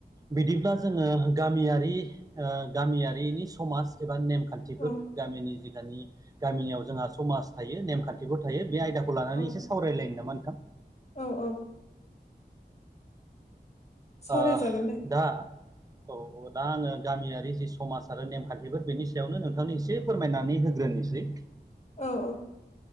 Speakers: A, on the right; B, on the left.
A: बिदिब्ला जोङो गामियारि ओ गामियारिनि समाज एबा नेमखान्थिफोर
B: औ
A: गामिनि जि दानि गामियाव जोंहा समाज थायो नेमखान्थिफोर थायो बे आयदाखौ लानानै
B: औ
A: एसे सावरायलायनायनो नामा नों
B: औ औ। सावरायजागोन
A: ओ
B: दे
A: दा औ औ दा आङो गामियारि जि समाज आरो नेमखान्थिफोर बेनि सायावनो नोंथांनो एसे फोरमायनानै होगकंनिसै
B: औ औ